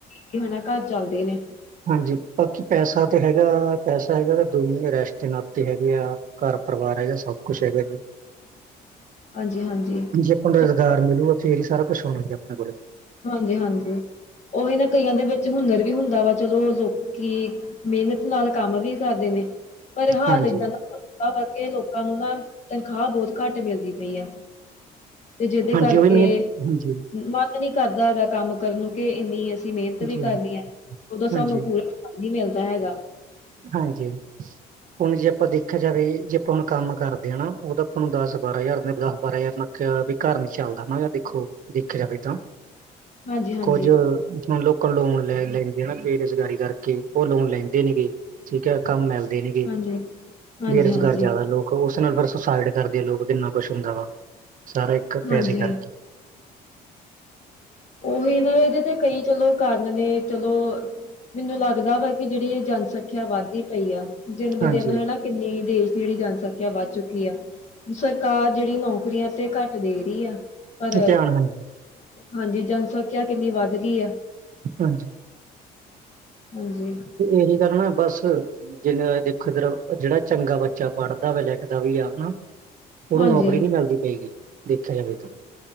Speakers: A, on the left; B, on the right.
A: <unintelligible> ਨਾ ਘਾਰ ਚਾੱਲਦੇ ਨੇ।
B: ਹਾਂਜੀ, ਬਾਕੀ ਪੈਸਾ ਤੇ ਹੈਗਾ, ਪੈਸਾ ਹੈਗਾ ਤਾ ਦੁਨੀਆਂ ਰੈਸ਼ਤੇ ਨਾਤੇ ਹੈਗੇ ਆ। ਘਰ ਪਰਿਵਾਰ ਹੈਗਾ ਸਭ ਕੁਛ ਹੈਗਾ
A: ਹਾਂਜੀ ਹਾਂਜੀ
B: ਜੇ ਆਪਾਂ ਨੂੰ
A: ਚਲੋ
B: ਰੁਜ਼ਗਾਰ ਮਿਲੂਗਾ ਫੇਰ ਹੀ ਸਾਰਾ ਕੁਛ ਹੋਣਾ ਜ ਆਪਣੇ ਕੋਲ
A: ਹਾਂਜੀ ਹਾਂਜੀ ਉਹੀ ਨਾ ਕਈਆਂ ਦੇ ਵਿੱਚ ਹੁਨਰ ਵੀ ਹੁੰਦਾ ਵਾ ਚਲੋ ਲੋਕੀ ਮਿਹਨਤ ਨਾਲ ਕੰਮ ਵੀ ਕਰਦੇ ਨੇ ਪਰ ਹਾਲ
B: ਹਾਂਜੀ
A: ਏਦਾਂ ਦਾ ਕਰਕੇ ਲੋਕਾਂ ਨੂੰ ਨਾ ਤਨਖਾਹ ਬਹੁਤ ਘੱਟ ਮਿਲਦੀ ਪਈ ਹੈ ਤੇ ਜਿਹਦੇ
B: ਹਾਂਜੀ
A: ਕਰਕੇ
B: ਉਹ ਵੀ ਮਿਹਨਤ ਹਾਂਜੀ
A: ਮ ਨੀ ਕਰਦਾ ਹੈਗਾ ਕੰਮ ਕਰਨ ਨੂੰ ਕਿ ਇੰਨੀ ਅਸੀਂ ਮਿਹਨਤ ਵੀ
B: ਜੀ
A: ਕਰਨੀ ਹੈ ਉਦੋਂ ਸਾਨੂੰ
B: ਹਾਂਜੀ
A: ਪੂਰੀ ਨਹੀਂ ਮਿਲਦਾ ਹੈਗਾ
B: ਹਾਂਜੀ ਹੁਣ ਜੇ ਆਪਾਂ ਦੇਖਿਆ ਜਾਵੇ ਜੇ ਆਪਾਂ ਹੁਣ ਕੰਮ ਕਰਦੇ ਹ ਨਾ ਉਹ ਤਾਂ ਆਪਾਂ ਨੂੰ ਦਸ ਬਾਰਾਂ ਹਜ਼ਾਰ ਦਸ ਬਾਰਾਂ ਹਜ਼ਾਰ ਲੱਕ ਵੀ ਘਰ ਨੀ ਚੱਲਦਾ ਨਾ ਯ ਦੇਖੋ ਦੇਖ ਜਾਵੇ ਤਾਂ
A: ਹਾਂਜੀ-ਹਾਂਜੀ,
B: ਕੁੱਝ ਹਣ ਲੋਕਾਂ ਲੋਨ ਲੈ ਲੈਂਦੇ ਆ ਨਾ ਬੇਰੁਜ਼ਗਾਰੀ ਕਰਕੇ ਉਹ ਲੋਨ ਲੈਂਦੇ ਨੇਗੇ ਠੀਕ ਹੈ ਕੰਮ ਮਿਲਦੇ ਨੇ ਗ
A: ਹਾਂਜੀ, ਹਾਂਜੀ-ਹਾਂਜੀ, ਹਾਂਜੀ।
B: ਬੇਰੁਜ਼ਗਾਰ
A: ਹਾਂਜੀ ਹਾਂਜੀ
B: ਜ਼ਿਆਦਾ ਲੋਕ ਉਸ ਨਾਲ ਫਿਰ ਸੁਸਾਈਡ ਕਰਦੇ ਲੋਕ ਕਿੰਨਾ ਕੁਛ ਹੁੰਦਾ ਵਾ ਸਾਰਾ ਇੱਕ ਪੈਸੇ
A: ਹਾਂਜੀ
B: ਕਰਕੇ
A: ਉਹੀ ਨਾ ਇਹਦੇ ਤੇ ਕਈ ਚਲੋ ਕਰਨ ਨੇ ਚਲੋ ਮੈਨੂੰ ਲੱਗਦਾ ਵਾ ਕਿ ਜਿਹੜੀ ਇਹ ਜਨਸੰਖਿਆ ਵੱਧਦੀ ਪਈ ਆ ਦਿਨ ਬ
B: ਹਾਂਜੀ
A: ਦਿਨ ਹਨਾ ਕਿੰਨੀ ਦੇਸ਼ ਦੀ ਜਿਹੜੀ ਜਨਸੰਖਿਆ ਵੱਧ ਚੁੱਕੀ ਆ ਸਰਕਾਰ ਜਿਹੜੀ ਨੌਕਰੀਆਂ ਤੇ ਘੱਟ ਦੇ ਰਹੀ ਆ ਪਰ
B: ਧਿਆਨ ਹਾਂਜੀ
A: ਹਾਂਜੀ ਜਨਸੰਖਿਆ ਕਿੰਨੀ ਵੱਧ ਗਈ ਆ
B: ਹਾਂਜੀ
A: ਹਾਂਜੀ
B: ਇਹੀ ਕਰਨਾ ਬਸ ਜਿਨ ਦੇਖੋ ਜਿਹੜਾ ਚੰਗਾ ਬੱਚਾ ਪੜ੍ਹਦਾ ਵ ਲਿਖਦਾ ਵੀ ਆ ਹਨਾ ਉਹਨੂੰ
A: ਹਾਂਜੀ
B: ਨੌਕਰੀ ਨੀ ਮਿਲਦੀ ਪਏਗੀ ਦੇਖਿਆ ਜਾਵੇ ਤਾਂ